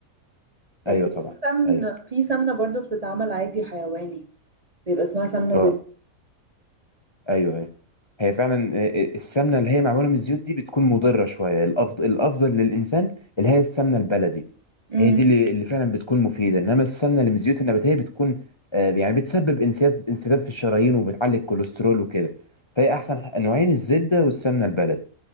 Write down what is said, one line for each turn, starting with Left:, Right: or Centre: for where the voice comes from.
Right: بس
Left: ايوه
Right: في
Left: طبعا
Right: سمن
Left: ايوه
Right: في سمنة برضو بتتعمل عادي حيواني بيبقى اسمها سمنة
Left: اه
Right: زبدة
Left: ايوه ايوه هي فعلا آه، السمنه اللي هي معموله من الزيوت دي بتكون مضره شويه الافضل الافضل للانسان اللي هي السمنه البلدي
Right: مم.
Left: هي دي اللي, اللي فعلا بتكون مفيده انما السمنه اللي من الزيوت النباتيه بتكون آه، يعني بتسبب انسداد انسداد في الشرايين وبتعلي الكوليسترول وكده فهي احسن نوعين الزبده والسمنه البلدي